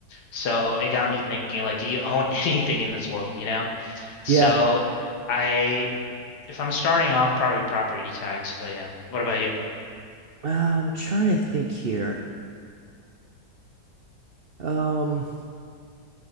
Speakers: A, on the left (about 65°); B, on the right (about 70°).
A: So it got me thinking, like, do you own <laughs> anything in this world, you know? So
B: yeah.
A: I, if I'm starting off, probably property tax. But yeah, what about you?
B: Uh, I'm trying to think here. Um,